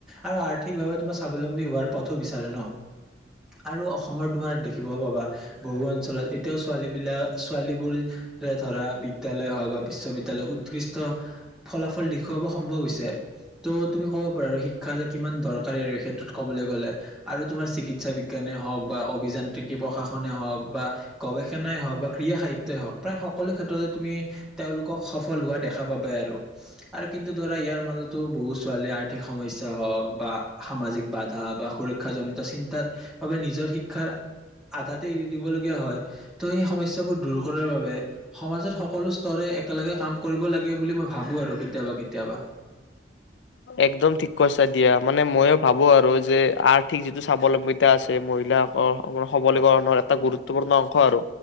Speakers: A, in the centre; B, on the left (about 80°).
A: আৰু- আৰু সঠিকভাৱে তোমাৰ স্বাৱলম্বী হোৱাৰ পথো বিচাৰে ন আৰু অসমত তোমাৰ দেখিব পাবা, বহু অঞ্চলত এতিয়াও ছোৱালী বিলাক, ছোৱালীবোৰৰে ধৰা বিদ্যালয় হওক বা বিশ্ববিদ্যালয় উৎকৃষ্ট ফলাফল দেখুৱাব সম্ভৱ হৈছে, ত' তুমি ক'ব পাৰা শিক্ষা যে কিমান দৰকাৰী আৰু এই ক্ষেত্ৰত ক'বলৈ গ'লে আৰু তোমাৰ চিকিৎসা বিজ্ঞানে হওক বা অভিযান্ত্ৰিকী প্ৰশাসনে হওক বা গৱেষণাই হওঁক বা ক্ৰীড়া সাহিত্যই হওঁক, প্ৰায় সকলো ক্ষেত্ৰতে তুমি তেওঁলোকক সফল হোৱা দেখা পাবাই আৰু, আৰু কিন্তু ধৰা ইয়াৰ মাজতো বহু ছোৱালীৰ আৰ্থিক সমস্যা হওক বা সামাজিক বাধা বা সুৰক্ষাজনিত চিন্তাৰ বাবে নিজৰ শিক্ষাৰ আধাত এৰি দিব লগীয়া হয়, ত' সেই সমস্যাবোৰ দূৰ কৰাৰ বাবে সমাজত সকলো স্তৰে একেলগে কাম কৰিব লাগে বুলি মই ভাবো আৰু, কেতিয়াবা-কেতিয়াবা।
B: একদম ঠিক কৈছা দিয়া, মানে ময়ো ভাবো আৰু যে আৰ্থিক যিটো স্বাৱলম্বিতা আছে, মহিলাসকল সবলীকৰণৰ এটা গুৰুত্বপূৰ্ণ অংশ আৰু